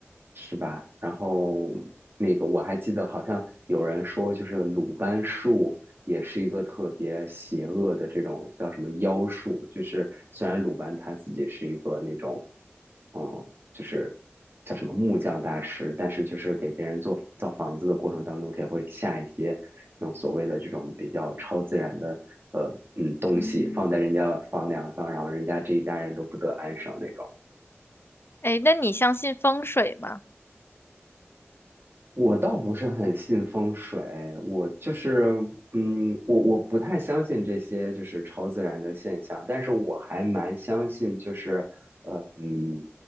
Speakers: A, on the right; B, on the left.
A: 是吧？然后那个我还记得，好像有人说，就是鲁班术也是一个特别邪恶的这种叫什么妖术，就是虽然鲁班他自己是一个那种，嗯，就是叫什么木匠大师，但是就是给别人做造房子的过程当中，他也会下一些那种所谓的这种比较超自然的呃嗯东西放在人家房梁上，
B: 嗯，
A: 然后人家这一家人都不得安生那种。
B: 哎，那你相信风水吗？
A: 我倒不是很信风水，我就是，嗯，我我不太相信这些就是超自然的现象，但是我还蛮相信，就是，呃，嗯，